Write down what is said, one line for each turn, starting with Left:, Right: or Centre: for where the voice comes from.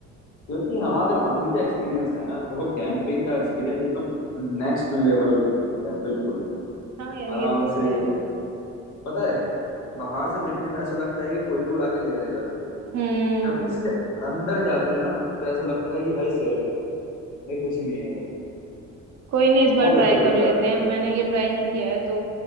Left: क्योंकि हमारे मुझे एक्सपीरियंस है ना देखो कैंपिंग का एक्सपीरियंस एकदम नेक्स्ट लेवल होता है बिल्कुल
Right: हाँ यार
Left: आराम
Right: ये तो
Left: से
Right: है
Left: पता है बाहर से देखने में ऐसा लगता है कि कोई भी उड़ा के ले जाएगा इसको,
Right: हम्म
Left: जब उसके अंदर जाते हैं ना तो ऐसा लगता है कि भाई सेफ है भाई कुछ नहीं होगा
Right: कोई नहीं इस बार
Left: बहुत
Right: ट्राई
Left: अच्छा लगता
Right: कर लेते
Left: है
Right: हैं मैंने ये ट्राई नहीं किया है तो